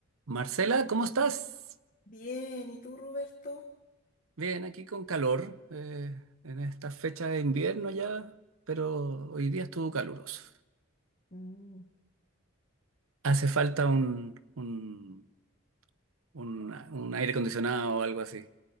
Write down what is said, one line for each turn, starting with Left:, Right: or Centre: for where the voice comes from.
Right: Marcela, ¿cómo estás?
Left: Bien, ¿y tú, Roberto?
Right: Bien, aquí con calor, eh, en esta fecha de invierno ya, pero hoy día estuvo caluroso.
Left: Mm,
Right: Hace falta un, un, un- un aire acondicionado o algo así.